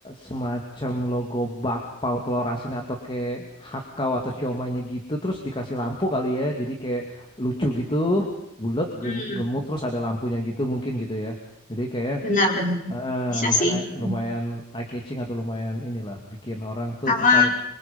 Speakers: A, on the left; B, on the left.
A: semacam logo bakpao telur asin atau kayak hakau atau siomaynya gitu terus dikasih lampu kali ya jadi kayak lucu gitu bulat
B: Hmm,
A: gen- gemuk terus ada lampunya gitu mungkin gitu ya jadi kayak
B: benar-benar.
A: eh,
B: Bisa
A: lumayan
B: sih.
A: eye-
B: Hmm.
A: lumayan eye catching atau lumayan inilah bikin orang tuh
B: Sama,
A: tertarik